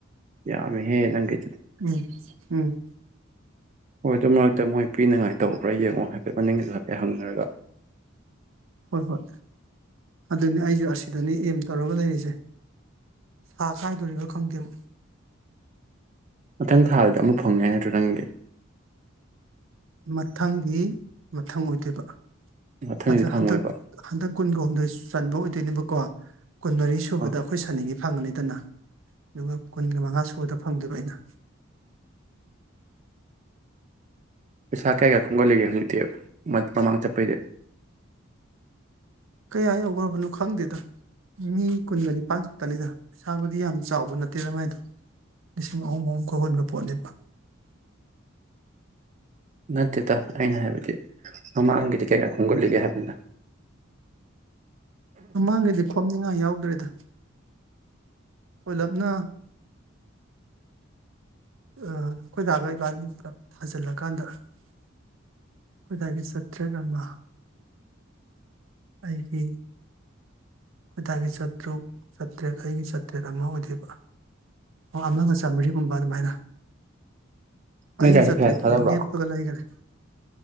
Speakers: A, on the right; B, on the right.
A: ꯌꯥꯃ‌ꯦ ꯍꯦ ꯅꯪꯒꯤ꯫
B: ꯎꯝ ꯎꯝ꯫
A: ꯍꯣꯏ ꯑꯗꯨ ꯃꯔꯛꯇ ꯃꯣꯏ ꯄꯤꯅꯉꯥꯏ꯫ ꯇꯧꯕ꯭ꯔꯥ ꯌꯦꯡꯉꯣ ꯍꯥꯏꯐꯦꯠ ꯃꯅꯤꯡꯒꯤꯁꯨ ꯍꯥꯏꯐꯦꯠ ꯍꯪꯅꯔꯒ꯫
B: ꯍꯣꯏ ꯍꯣꯏ ꯑꯗꯨꯅꯤ ꯑꯩꯁꯨ ꯑꯁꯤꯗꯅꯤ ꯑꯦꯝ ꯇꯧꯔꯒ ꯂꯩꯔꯤꯁꯦ ꯁꯥ ꯈꯥꯏꯗꯣꯔꯤꯕ꯭ꯔꯥ ꯈꯪꯗꯦ ꯑꯃꯨꯛ꯫
A: ꯃꯊꯪ ꯊꯥꯗꯗꯤ ꯑꯃꯨꯛ ꯐꯪꯉꯦ ꯍꯥꯏ꯫ ꯅꯪꯒꯤ꯫
B: ꯃꯊꯪꯗꯤ ꯃꯊꯪ ꯑꯣꯏꯗꯣꯏꯕ꯫
A: ꯃꯊꯪꯗꯤ
B: ꯑꯗ
A: ꯐꯪꯉꯣꯏꯕ
B: ꯍꯟꯗꯛ ꯍꯟꯗꯛ ꯀꯨꯟꯒ ꯍꯨꯝꯗꯣꯏ ꯆꯟꯕ ꯑꯣꯏꯗꯣꯏꯅꯦꯕꯀꯣ꯫ ꯀꯨꯟꯃꯔꯤ ꯁꯨꯕꯗ
A: ꯑ
B: ꯑꯈꯣꯏ ꯁꯥꯟꯅꯒꯤ꯫ ꯐꯪꯒꯅꯤꯗꯅ ꯑꯗꯨꯒ ꯀꯨꯟꯒ ꯃꯉꯥ ꯁꯨꯕꯗ ꯐꯪꯗꫭꯏꯕ ꯑꯩꯅ꯫
A: ꯄꯩꯁꯥ ꯀ꯭ꯌꯥꯒ꯭ꯔꯥꯅꫭ꯫ ꯈꯣꯒꯠꯂꯒꯦ ꯍꯧꯖꯤꯛꯇꯤ ꯃꯃꯥꯡꯗ ꯆꯠꯄꯩꯗꯤ꯫
B: ꯀꯌꯥ ꯌꯧꯒ꯭ꯔꯕꯅꯣ ꯈꯪꯗꯦꯗ ꯃꯤ ꯀꯨꯟꯒ ꯅꯤꯄꯥꯟ ꯈꯛꯇꯅꯤꯗ ꯄꯩꯁꯥꯕꯨꯗꯤ ꯌꯥꯝ ꯆꯥꯎꯕ ꯅꯠꯇꯦꯗ ꯃꯥꯏꯗꯣ ꯂꯤꯁꯤꯡ ꯑꯍꯨꯝ ꯑꯍꯨꯝ ꯈꯛ ꯍꯨꯟꯕ ꯄꯣꯠꯅꯦꯕ꯫
A: ꯅꯠꯇꯦ꯫ ꯗ ꯑꯩꯅ ꯍꯥꯏꯕꯗꯤ ꯃꯃꯥꯡꯒꯤꯗꯤ ꯀꯩ ꯀꯌꯥ ꯈꯣꯝꯒꯠꯂꯤꯒꯦ ꯍꯥꯏꯕꯅꯤꯅ꯫
B: ꯃꯃꯥꯡꯒꯩꯗꯤ ꯈꯣꯝꯅꯤꯡꯉꯥꯏ ꯌꯥꯎꯗ꯭ꯔꯦ꯫ ꯗ꯫ ꯄꯨꯂꯞꯅ꯫ ꯑꯈꫭꯏ ꯗꯥꯒ ꯏꯕꯥꯅꯤ ꯄꯨꯂꯞ ꯊꯥꯖꯤꯜꯂꯛꯀꯥꯟꯗ ꯑꯈꯣꯏ ꯗꯥꯒꯤ ꯆꯥꯇ꯭ꯔꯦꯠ ꯑꯃ꯫ ꯑꯩꯒꯤ ꯈꫭꯏꯗꯥꯒꯤ ꯆꯥꯇ꯭ꯔꯨꯛ ꯆꯥꯇ꯭ꯔꯦꯠ ꯑꯩꯒꯤ ꯆꯥꯇ꯭ꯔꯦꯠ ꯑꯃ ꯑꯣꯏꯗꯥꯏꯕ ꯑꯣ ꯑꯃꯒ ꯆꯥꯝꯃꯔꯤꯒꯨꯝꯕ ꯑꯗꯨꯃꯥꯏꯅ꯫ ꯑꯩꯒꯤ
A: ꯅꯣꯏ ꯗꯥꯁꯨ
B: ꯆꯥꯇ꯭ꯔ‌ꯦꯠꯇꯨꯗꯤ
A: ꯄꯩꯁꯥ ꯊꯥꯗꯕ꯭ꯔꯣ
B: ꯂ‌ꯦꯞꯄꯒ ꯂꯩꯒꯔ‌ꯦ꯫